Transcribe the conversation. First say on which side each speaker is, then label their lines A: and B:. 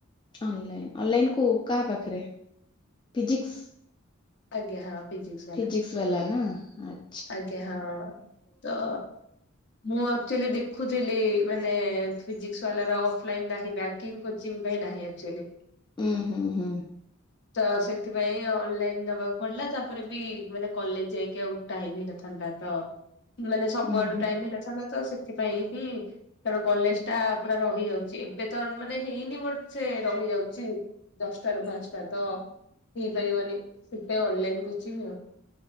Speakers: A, on the left; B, on the left.
A: ଅନଲାଇନ ଅନଲାଇନ କୁ କାହା ପାଖରେ ଫିଜିକିସ୍‌।
B: ଆଜ୍ଞା ହଁ। ଫିଜିକ୍ସ ବାଲା
A: ଫିସିକ୍ସ ବାଲା ନା ଆ
B: ଆଜ୍ଞା ହଁ ତ। ମୁଁ ଆକ୍ଚୁଆଲି ଦେଖୁଥିଲି ମାନେ ଫିଜିକସ୍ ବାଲାର ଅଫ୍ଲାଇନ୍ ନାହିଁ। ବ୍ୟା ବ୍ୟାଙ୍କିଂ କୋଚିଂ ପାଇଁ ନାହିଁ ଅକ୍ଚୁଆଲି।
A: ଉଁ ହୁଁ ହୁଁ।
B: ତ ସେଥିପାଇଁ ଅନଲାଇନ ନବାକୁ ପଡିଲା। ତାପରେ ବି ମାନେ କଲେଜ ଯାଇକି ଆଉ ଟାଇମ ହେଇନଥାନ୍ତା, ତ ମାନେ ସବୁଆଡୁ
A: ହୁଁ ହୁଁ
B: ଟାଇମ ହେଇନଥାନ୍ତା ତ ସେ ସେଥିପାଇଁ ହିଁ କାରଣ କଲେଜ ଟା ପୁରା ରହିଯାଉଛି ଏବେ ତ ମାନେ ହେଇନି ବ ସେ ରହିଯାଉଛି। ଦଶଟା ରୁ ପାଞ୍ଚଟା ତ ହେଇପାରିବନି। ସେଥିପାଇଁ ଅନଲାଇନ କୋଚିଂ ଆଉ